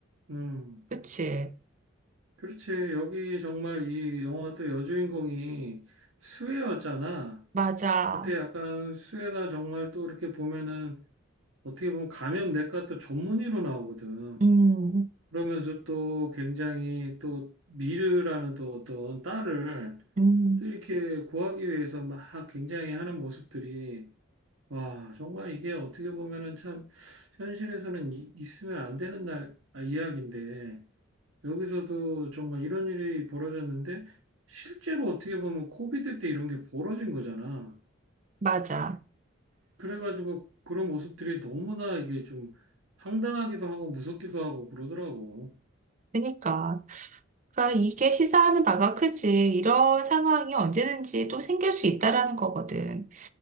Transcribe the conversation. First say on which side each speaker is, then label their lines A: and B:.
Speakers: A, on the right (about 80°); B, on the right (about 35°).
A: 음,
B: 그치.
A: 그렇지. 여기 정말 이 영화 또 여주인공이 수혜였잖아.
B: 맞아.
A: 그때 약간 수혜가 정말 또 이렇게 보면은 어떻게 보면 감염내과 또 전문의로 나오거든.
B: 음,
A: 그러면서 또 굉장히 또 미르라는 또 어떤 딸을
B: 음,
A: 또 이렇게 구하기 위해서 막 굉장히 하는 모습들이 와, 정말 이게 어떻게 보면은 참 현실에서는 이- 있으면 안 되는 날 아, 이야기인데 여기서도 정말 이런 일이 벌어졌는데 실제로 어떻게 보면 코비드 때 이런 게 벌어진 거잖아.
B: 맞아.
A: 그래가지고 그런 모습들이 너무나 이게 좀 황당하기도 하고 무섭기도 하고 그러더라고.
B: 그러니까. 그러니까 이게 시사하는 바가 크지. 이런 상황이 언제든지 또 생길 수 있다라는 거거든.